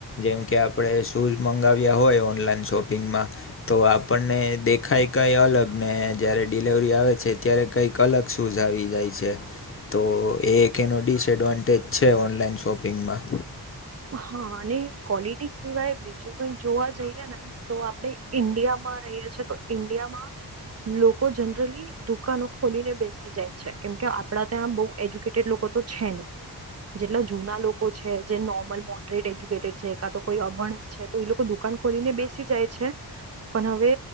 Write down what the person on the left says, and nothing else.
જેમ કે આપડે શૂઝ મંગાવ્યા હોય ઓનલાઈન શોપિંગમાં તો આપણને દેખાય કઈ અલગ ને જયારે ડિલેવરી આવે છે ત્યારે કઈક કલક સુઝ આવી જાય છે તો એ એક એનો ડિસએડવાન્ટેજ છે ઓનલાઈન શોપિંગમાં